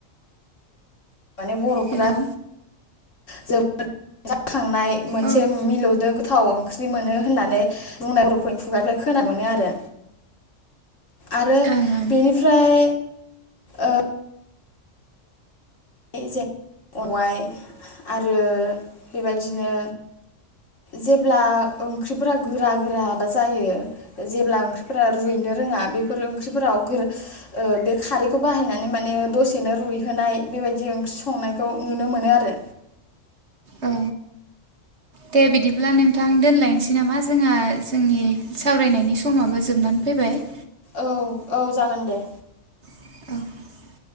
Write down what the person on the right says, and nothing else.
हेलौ
औ ओं
ओं
औ दे बिदिब्ला नोंथां दोनलायनोसै नामा जोंहा जोंनि सावरायनायनि समाबो जोबनानै फैबाय
<inaudible>